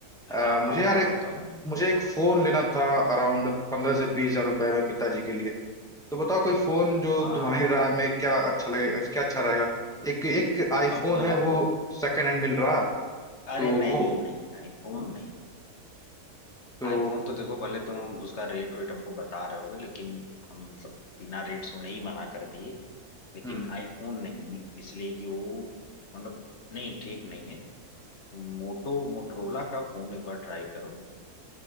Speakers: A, in the centre; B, on the left (about 50°).
A: अ,
B: हाँ हाँ
A: मुझे
B: बताओ
A: यार एक
B: बताओ
A: मुझे एक फोन लेना था अराउंड पंद्रह से बीस हजार रुपए में पिताजी के लिए तो बताओ कोई फोन जो
B: हाँ
A: तुम्हारी
B: हाँ,
A: राय में क्या अच्छा लगे क्या अच्छा रहेगा एक एक आईफोन
B: अब
A: है वो सेकंड हैंड मिल रहा
B: अरे
A: तो
B: नहीं
A: वो
B: नहीं आईफोन नहीं
A: तो
B: आईफोन तो देखो भले तुम उसका रेट वेट हमको बता रहे होगे लेकिन हम मतलब बिना रेट सुने ही मना कर दिए लेकिन
A: हम्म
B: आईफोन नहीं इसलिए कि वो मतलब नहीं ठीक नहीं है मोटो मोटरोला का फोन एक बार ट्राई करो